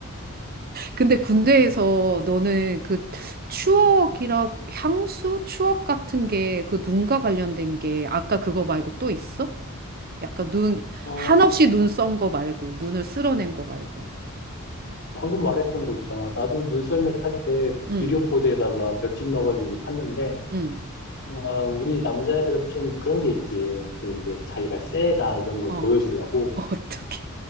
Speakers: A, on the right (about 45°); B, on the left (about 50°).
A: 근데 군대에서 너는 그 추억이라고, 향수? 추억 같은 게 그 눈과 관련된 게 아까 그거 말고 또 있어? 약간 눈,
B: 어,
A: 한없이 눈 썬 거 말고, 눈을 쓸어낸 거 말고.
B: 방금 말했던 거 있잖아. 나도 눈썰매 탈 때
A: 응,
B: 비료포대에다가 볏짚 넣어가지고 탔는데,
A: 응.
B: 와, 우리 남자애들은 좀 그런 게 있지. 또 이제 자기가 세다 이런 걸
A: 어,
B: 보여주려고
A: <laughs> 어떻게.